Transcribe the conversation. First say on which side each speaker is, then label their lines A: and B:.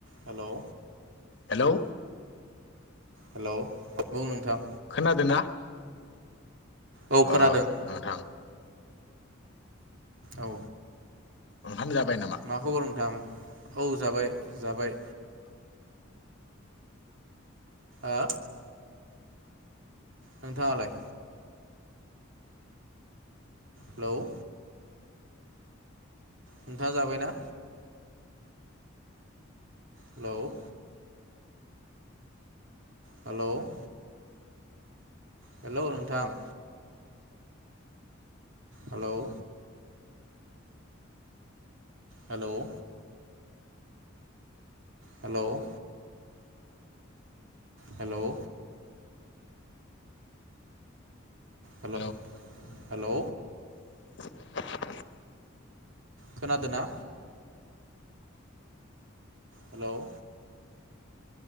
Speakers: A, on the right; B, on the left.
A: Hello
B: hello
A: hello औ बुं नोंथां
B: खोनादोना
A: औ खोनादों
B: अ नोंथां
A: औ।
B: ओंखाम जाबाय नामा?
A: मा खबर नोंथां? औ जाबाय। जाबाय। ओ नोंथाङालाय? हेल' नोंथाङा जाबायना? हेल' हेल' हेल' नोंथां? हेल' हेल' हेल' हेल'
B: हेलौ
A: हेल' हेल'
B: <inaudible>
A: खोनादोना? हेल'